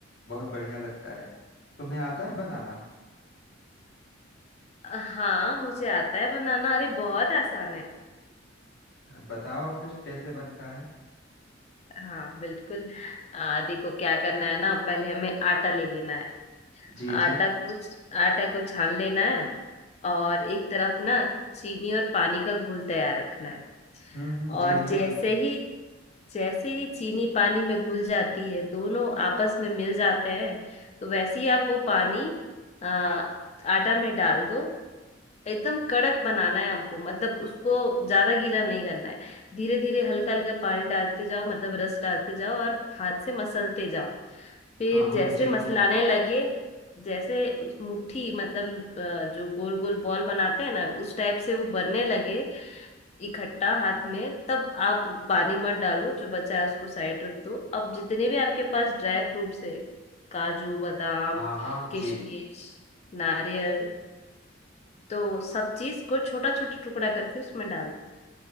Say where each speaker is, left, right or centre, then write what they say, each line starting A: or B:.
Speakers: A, on the left; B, on the left.
A: बहुत बढ़िया लगता है तुम्हें आता है बनाना
B: हाँ मुझे आता है बनाना अरे बहुत आसान है
A: अब बताओ फिर कैसे बनता है
B: हाँ बिल्कुल आ, देखो क्या करना है ना पहले हमें आटा ले लेना है
A: जी
B: आटा
A: जी
B: कुछ आटा को छान लेना है और एक तरफ ना चीनी और पानी का घोल तैयार रखना है
A: हम्म हम्म
B: और
A: जी हाँ
B: जैसे
A: जी हाँ
B: ही जैसे ही चीनी पानी में घुल जाती है दोनों आपस में मिल जाते हैं तो वैसे ही आप वो पानी आ, आटा में डाल दो एकदम कड़क बनाना है हमको मतलब उसको ज्यादा गीला नहीं करना है धीरे धीरे हल्का हल्का पानी डालते जाओ मतलब रस डालते जाओ और हाथ से मसलते जाओ फिर
A: हाँ हाँ
B: जैसे
A: जी
B: मसलाने
A: जी
B: लगे जैसे उस मुट्ठी मतलब अ, जो गोल गोल बॉल बनाते हैं ना उस टाइप से वो बनने लगे इकट्ठा हाथ में तब आप पानी मत डालो जो बचा है उसको साइड रख दो अब जितने भी आपके पास ड्राई फ्रूट्स है काजू बादाम
A: हाँ हाँ
B: किशमिश
A: जी जी
B: नारियल तो सब चीज को छोटा छोटा टुकड़ा करके उसमें डाल दो